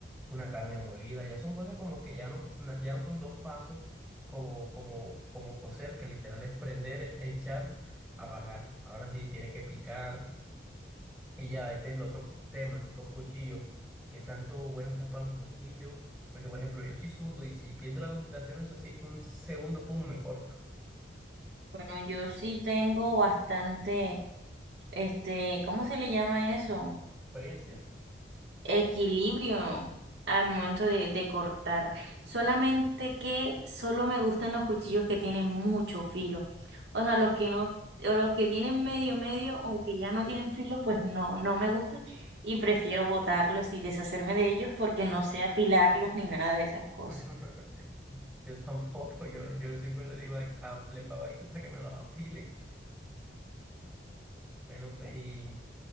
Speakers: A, in the centre; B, on the right.
A: una carne molida, ya son cosas como que ya no, na- ya no son dos pasos como, como, como cocer, que literal es prender, echar, apagar. Ahora sí tienes que picar. Y ya, este es el otro co- tema, los cuchillos. ¿Qué tanto buena estás para los cuchillos? Porque, por ejemplo, yo soy zurdo y si pierdo la concentración un, sesi- un segundo, pum, me corto.
B: Bueno, yo sí tengo bastante, este, ¿cómo se le llama eso?
A: Experiencia.
B: Equilibrio al momento de, de cortar. Solamente que solo me gustan los cuchillos que tienen mucho filo. O sea, los que no, o los que tienen medio medio o que ya no tienen filo, pues no, no me gustan. Y prefiero botarlos y deshacerme de ellos porque no sé afilarlos ni nada de esas cosas.
A: <laughs> Yo tampoco, yo, yo siempre le digo a, a- le pago a alguien para que me los afile. Bueno, pues y